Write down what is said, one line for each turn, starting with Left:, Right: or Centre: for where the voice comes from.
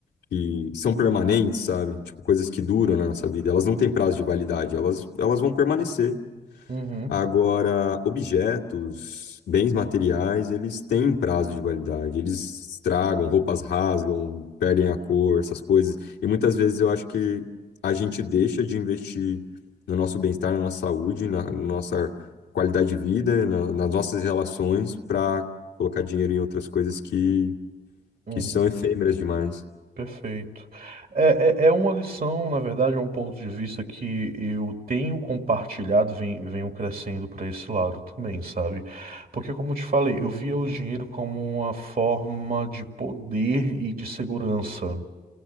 Left: que são permanentes, sabe? Tipo, coisas que duram na nossa vida. Elas não têm prazo de validade, elas, elas vão permanecer.
Right: uhum,
Left: Agora, objetos, bens materiais, eles têm prazo de validade. Eles estragam, roupas rasgam, perdem a cor, essas coisas. E muitas vezes eu acho que a gente deixa de investir no nosso bem-estar, na nossa saúde, na nossa qualidade de vida, na- nas nossas relações, para colocar dinheiro em outras coisas que,
Right: uhum,
Left: que são
Right: uhum.
Left: efêmeras demais.
Right: Perfeito. É, é, é uma lição, na verdade, é um ponto de vista que eu tenho compartilhado, ven- venho crescendo para esse lado também, sabe? Porque, como eu te falei, eu via o dinheiro como uma forma de poder e de segurança.